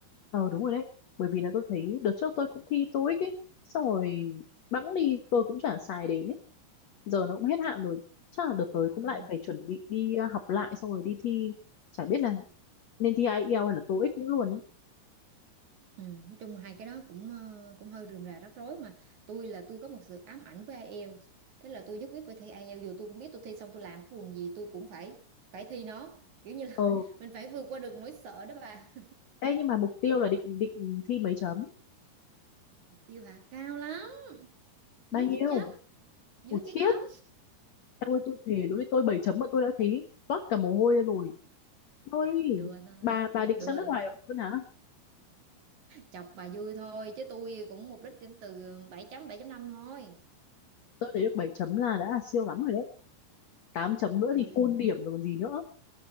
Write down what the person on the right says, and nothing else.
ừ.
Ừ, nói chung hai cái đó cũng ờ, cũng hơi rườm rà rắc rối mà tôi là tôi có một sự ám ảnh với IELTS thế là tôi nhất quyết phải thi IELTS dù tôi cũng biết tôi thi xong tôi làm cái quần gì tôi cũng phải phải thi nó kiểu như là
<laughs> mình phải vượt qua được nỗi sợ đó bà
tiêu hả cao lắm
dưới
chín chấm dưới
chín chấm
<laughs> đùa thôi
đùa
chọc bà vui thôi chứ tôi cũng mục đích điểm từ 7 chấm bảy chấm năm thôi
ừ